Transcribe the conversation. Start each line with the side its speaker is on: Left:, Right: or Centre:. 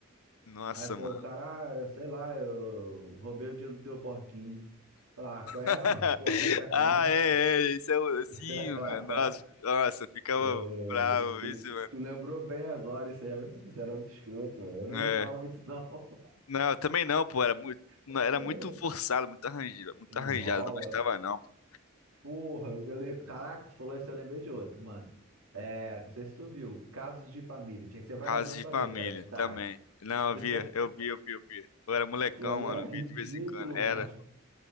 Left: Nossa,
Right: Aí, pô,
Left: mano.
Right: o cara, ah, sei lá, eu roubei o dinheiro do teu porquinho. Falar, ah, qual é,
Left: <laughs>
Right: mano? Pô, tá de sacanagem?
Left: Ah, é, é, isso é o- sim,
Right: <laughs>
Left: mano. Nossa, nossa, eu ficava
Right: Ai,
Left: bravo,
Right: tu,
Left: isso, mano.
Right: tu lembrou bem agora isso aí. Mas Você era muito escroto, mano. Eu não
Left: É.
Right: gostava muito, não.
Left: Não, eu também não, pô, era muito, não,
Right: <laughs>
Left: era muito forçado, muito arranjado, muito
Right: Enrola.
Left: arranjado, não gostava não, pô.
Right: Porra, eu le- caraca, tu falou isso, eu lembrei de outro, mano. É, não sei se tu viu, Casos de Família. Tinha que ser vagabundo
Left: Casos de
Right: pra
Left: família
Right: ver, que era de tarde.
Left: também. Não,
Right: <laughs>
Left: eu via, eu via, eu via, eu via. Eu era molecão,
Right: Aquilo ali
Left: mano,
Right: é ridículo,
Left: via de vez em quando. Era.